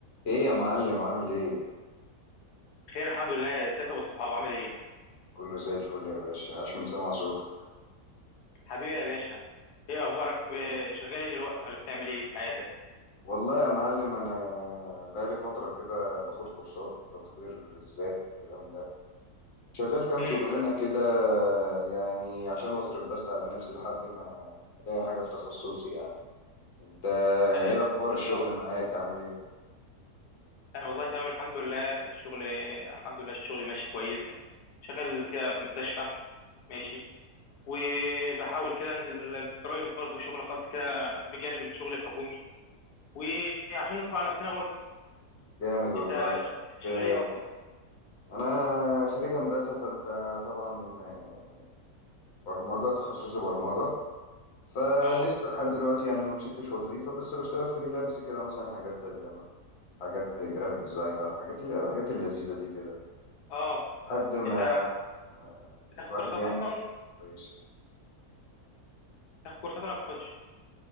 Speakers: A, on the left (about 50°); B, on the left (about 85°).
A: ايه يا معلم عامل ايه
B: خير الحمد لله ازيك يا ابو الصحاب عامل ايه
A: كله زي الفل يا باشا عاش من سمع صوتك
B: حبيبي يا باشا ايه اخبارك ب- شغال ايه دلوقتي ولا بتعمل ايه في حياتك
A: والله يا معلم انا بقالي فتره كده باخد كورسات تطوير الذات والكلام ده شغال كام
B: امم
A: شغلانه كده يعني عشان اصرف بس على نفسي لحد ما الاقي حاجه في تخصصي يعني انت
B: آه،
A: ايه
B: انت بتشتغل
A: اخبار الشغل
B: إيه أصلاً؟
A: معاك عامل ايه
B: انا والله تمام الحمد لله الشغل الحمد لله الشغل ماشي كويس شغال كده في مستشفى ماشي وبحاول كده انزل برايفت برضه شغل خاص كده بجانب الشغل الحكومي وعشان نصرف على نفسنا برضه
A: جامد والله
B: انت ش- أنت شغال
A: آه،
B: ايه اصلا
A: انا خريج هندسه فانت طبعا آه، برمجه تخصصي برمجه فلسه
B: اه
A: لحد دلوقتي يعني ما مسكتش وظيفة بس بشتغل فريلانس كده مثلا حاجات ترجمة حاجات جرافيك ديزاينر حاجات اللي هي الحاجات اللذيذة دي كده
B: اه
A: لحد ما
B: انت بتاخد
A: الواحد
B: كورسات
A: يعني
B: اصلا
A: كويسة
B: بتاخد كورسات ولا ما بتاخدش